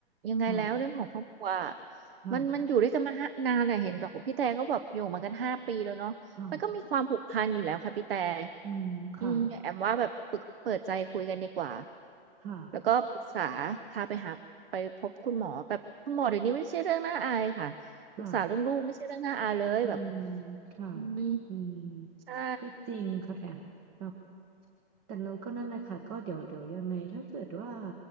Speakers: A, on the right; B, on the right.
A: ยังไงแล้วเรื่องของครอบครัว
B: ค่ะ ค่ะ
A: มันมันอยู่ด้วยกันมาห้านานอะเห็นบอกว่าพี่แต่ก็แบบอยู่มากันห้าปีแล้วเนาะ
B: ค่ะ
A: มันก็มีความผูกพันอยู่แล้วค่ะพี่แต่
B: อืมค่ะ
A: อืมแอมว่าแบบปรึกเปิดใจคุยกันดีกว่า
B: ค่ะ
A: แล้วก็ปรึกษาพาไปหาไปพบคุณหมอแบบคุณหมอเดี๋ยวนี้ไม่ใช่เรื่องน่าอายค่ะปรึกษาเรื่องลูกไม่ใช่เรื่องน่าอายเลยแบบ
B: ค่ะ อืมค่ะ
A: อืม
B: อืม
A: ใช่
B: ก็จริงค่ะแอมแบบแต่เราก็นั่นแหละค่ะก็เดี๋ยวเดี๋ยวยังไงถ้าเกิดว่า